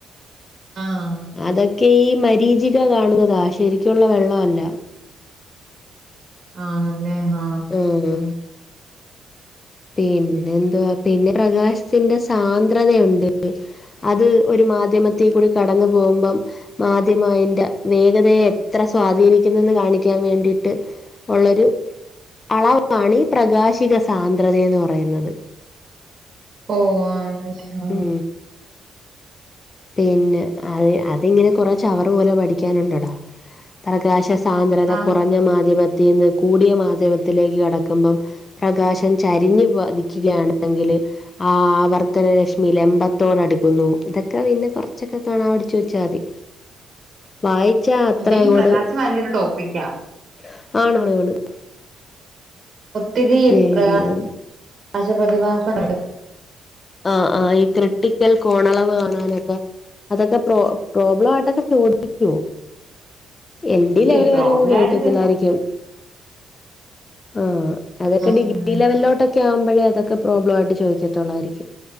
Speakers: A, on the right (about 45°); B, on the left (about 30°).
A: ആഹ്
B: അതൊക്കെ ഈ മരീചിക കാണുന്നതാ. ശരിക്കുള്ള വെള്ളവല്ല
A: ആഹ് നേ ഹാ..
B: ആഹ് ആഹ് പിന്നെ എന്തുവാ, പിന്നെ പ്രകാശത്തിന്റെ സാന്ദ്രതയുണ്ട് അത് ഒരു മാധ്യമത്തി കൂടി കടന്നു പോകുമ്പം മാധ്യമയിന്റെ വേഗതയെ എത്ര സ്വാധീനിക്കുന്നെന്ന് കാണിക്കാൻ വേണ്ടിയിട്ട് ഒള്ളൊരു അളവാണീ പ്രകാശിക സാന്ദ്രതയെന്ന് പറയുന്നത്
A: ഓഹ് ആഹ് <unintelligible>
B: ഉം പിന്നെ, അത് അതിങ്ങനെ കുറെ ചവറ് പോലെ പഠിക്കാനുണ്ടടാ പ്രകാശ സാന്ദ്രത
A: ആ ആ
B: കുറഞ്ഞ മാധ്യമത്തീന്ന് കൂടിയ മാധ്യമത്തിലേക്ക് കടക്കുമ്പം പ്രകാശം ചരിഞ്ഞ് പതിക്കുകയാണെങ്കിൽ അ ആവർത്തന രശ് മിലമ്പത്തോടടുക്കുന്നു. ഇതൊക്കെ പിന്നെ കുറച്ചൊക്കെ കാണാ പഠിച്ചു വെച്ചാ മതി വായിച്ചാ അത്ര
A: അതെ ഈ
B: അങ്ങോട്
A: പ്രകാശം വലിയൊരു ടോപ്പിക്കാ
B: <inaudible> <unintelligible>
A: ഒത്തിരി
B: പിന്നെ
A: പ്രകാ <inaudible> ശപ്രതിഭാസങ്ങള്ണ്ട്
B: ആഹ് ആഹ്ഈ ക്രിട്ടിക്കൽ കോണളവ് കാണാനൊക്കെ അതൊക്കെ പ്രോ പ്രോബ്ലവായിട്ടൊക്കെ ചോദിക്ക്യോ? എൽ ഡി ലെവൽ
A: ഏയ് പ്രോബ്ലം
B: വരെ ഒന്നും ചോദിക്കത്തില്ലായിരിക്കും
A: ആയിട്ട്
B: ആഹ് അതൊക്കെ
A: ആ
B: ഡിഗ്രീ
A: ഉം.
B: ലെവലിലോട്ടൊ ക്യാവുമ്പഴെ അതൊക്കെ പ്രോബ്ലവായിട്ട് ചോയ്ക്കത്തൊള്ളായിരിക്കും.